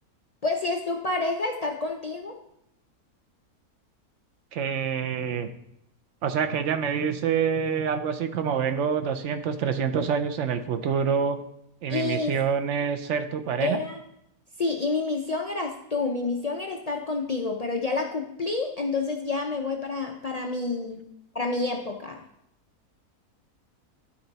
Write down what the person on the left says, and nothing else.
Pues si es tu pareja, estar contigo.
y
Era, sí, y mi misión eras tú, mi misión era estar contigo, pero ya la cumplí, entonces ya me voy para, para mi, para mi época.